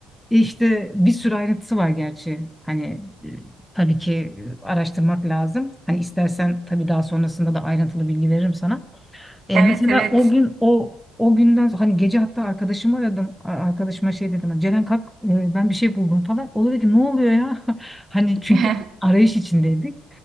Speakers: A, in the centre; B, on the right.
A: E İşte bir sürü ayrıntısı var gerçi. Hani e, tabii ki e, araştırmak lazım. Hani istersen tabii daha sonrasında da ayrıntılı bilgi veririm sana. E,
B: Evet
A: mesela
B: evet.
A: o gün o o günden sonra- hani gece hatta arkadaşımı aradım. A- Arkadaşıma şey dedim. "Hani Ceren kalk e, ben bir şey buldum falan. O da dedi ki ne oluyor ya? <laughs> Hani çünkü
B: <laughs>
A: arayış içindeydik.